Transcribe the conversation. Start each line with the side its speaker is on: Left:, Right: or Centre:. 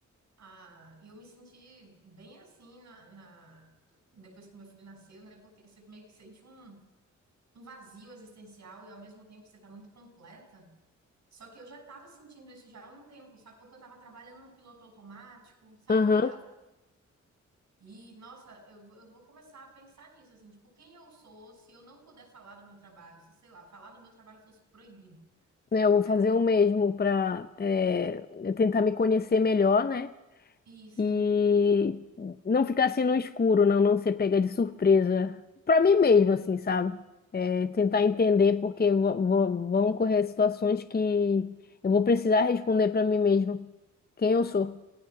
Right: Ah, e eu me senti bem assim na, na- depois que meu filho nasceu, né? Porque você meio que sente um, um vazio existencial e ao mesmo tempo você tá muito completa. Só que eu já tava sentindo isso já há um tempo, sabe? Porque eu tava trabalhando no piloto automático, sabe?
Left: Aham.
Right: Eu tava... E, nossa, eu, vou- eu vou começar a pensar nisso, assim, tipo, quem eu sou se eu não puder falar do meu trabalho? Se, sei lá, falar do meu trabalho fosse proibido.
Left: né, eu vou
Right: Aí
Left: fazer
Right: eu...
Left: o mesmo para tentar me conhecer melhor, né?
Right: Isso.
Left: e não ficar assim no escuro, não, não ser pega de surpresa. Pra mim mesmo,
Right: Uhum,
Left: assim, sabe? É, tentar
Right: uhum.
Left: entender, porque vo- vo- vão ocorrer situações que eu vou precisar responder pra mim mesmo quem eu sou.